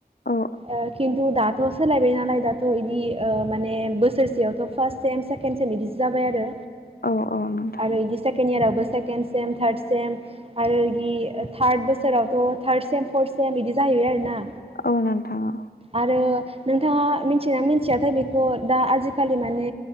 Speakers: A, on the left; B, on the right.
A: औ
B: ओ खिन्थु दा थ' सोलायबाय नालाय दाथ' इदि ओ माने बोसोरसेयावथ' फार्स्ट सेम सेकेणड सेम इदिसो जाबाय आरो
A: औ औ नोंथां
B: आरो इदि सेकेण इयार आबो सेकेणड सेम थार्द सेम आरो इदि थार्द बोसोरावथ' थार्ड सेम फर्थ सेम इदि जाहैबाय आरोना
A: औ नोंथां औ
B: आरो नोंथाङा मिथियोना मिथियाथाय बेखौ दा आजिखालि माने